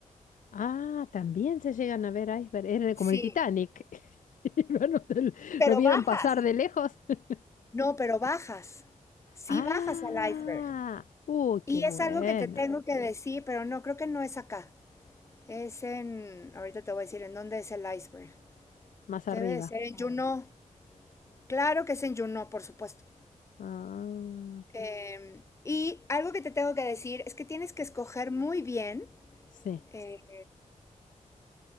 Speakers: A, on the left; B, on the left.
A: Ah, también se llegan a ver iceberg. Era
B: Sí,
A: como el Titanic. <laughs> Y Bueno, te lo
B: pero
A: lo vieron
B: bajas.
A: pasar de lejos. <laughs>
B: No, pero bajas. Sí
A: Ah,
B: bajas al iceberg.
A: uy,
B: Y
A: qué bueno.
B: es algo que te tengo que decir, pero no, creo que no es acá. Es en, ahorita te voy a decir en dónde es el iceberg.
A: Más arriba.
B: Debe de ser en Juneau. Claro que es en Juneau, por supuesto.
A: Ah,
B: Eh, y algo que te tengo que decir es que tienes que escoger muy bien,
A: sí,
B: eh,